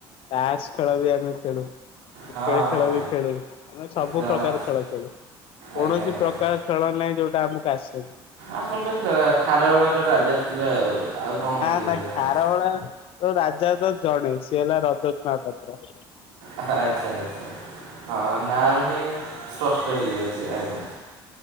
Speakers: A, on the left; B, on the right.
A: ତାସ୍ ଖେଳ ବି ଆମେ ଖେଳୁ। କ୍ରିକେଟ
B: ହଁ
A: ଖେଳ
B: ହଁ
A: ବି ଖେଳୁ ଆମେ ସବୁ
B: ଜଣା
A: ପ୍ରକାର ଖେଳ ଖେଳୁ। କୌଣସି
B: ଆଜ୍ଞା ଆଜ୍ଞା
A: ପ୍ରକାର ଖେଳ ନାହିଁ ଯୋଉଟା ଆମକୁ ଆସେନି
B: ଆପଣ ତ ଖାରବେଳର ରା ଜା ଥିଲ ଆଉ। କଣ
A: ନା
B: କହିବି
A: ନା
B: ଆପଣ
A: ଖାରବେଳ ତ ରାଜା। ଜା ତ ଜଣେ ସିଏ ହେଲା ରଜତ ମହାପାତ୍ର।
B: ଆଚ୍ଛା ଆଛା ହଁ। ନାଁ ରୁ ହିଁ ସ୍ପଷ୍ଟ ହେଇଯାଉଚି ଆଜ୍ଞା।